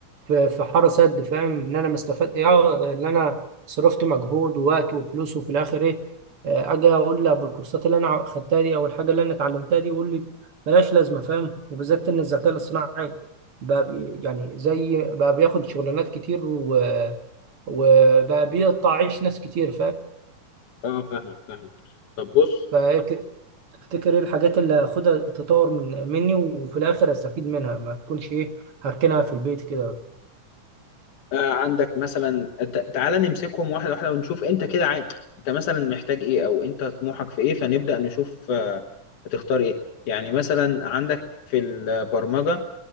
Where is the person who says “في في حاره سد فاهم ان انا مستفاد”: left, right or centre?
Right